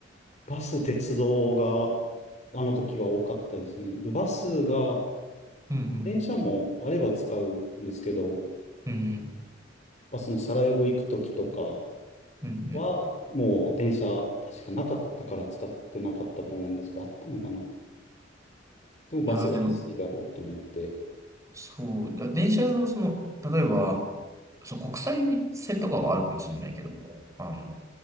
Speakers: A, on the left; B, on the right.
A: バス、鉄道が、あの時は多かったですね。でバスが、
B: うん、
A: 電車もあれば使うんですけど、
B: うん、うん、
A: まあ、そのサラエボ行く時とか、
B: うん、うん。
A: は、もう電車、確かなかったから使ってなかったと思うんですけど、あったのかな。でもバスが安いだろうと思って。
B: いやー、でも、そう、だ電車のその、例えば、そう、国際線とかはあるかもしれないけども、あの、